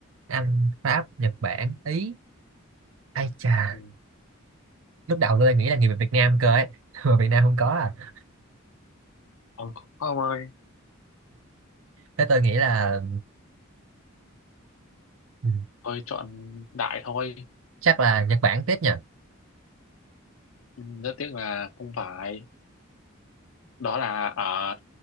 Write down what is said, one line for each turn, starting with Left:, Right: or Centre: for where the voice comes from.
Right: Anh Pháp Nhật Bản Ý ai chà
Left: ừ.
Right: lúc đầu tôi nghĩ là người Việt Nam cơ ấy <laughs> mà Việt Nam không có à
Left: ông Không ơi,
Right: thế tôi nghĩ là ừ,
Left: tôi chọn đại thôi
Right: chắc là Nhật Bản tiếp nhỉ
Left: ừ, rất tiếc là không phải đó là ở